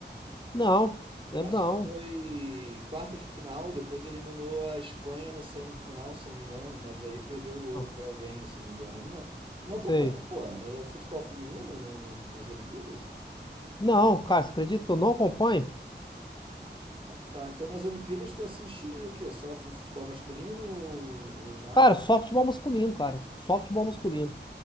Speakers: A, on the left (about 25°); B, on the right (about 30°).
A: Não, lembro
B: Acho
A: não.
B: que foi quarta de final, depois eliminou a Espanha na semifinal, se não me engano, mas aí perdeu o ouro
A: Não,
B: para alguém, se não me engano. Não, lembro. não acompanhou,
A: sei.
B: pô, no futebol feminino no- no- nas Olimpíadas?
A: Não, cara, você acredita que eu não acompanho?
B: Tá, então nas Olimpíadas tu assiste o quê? Só o futebol masculino ou, ou nada?
A: Cara, só futebol masculino, cara. Só futebol masculino.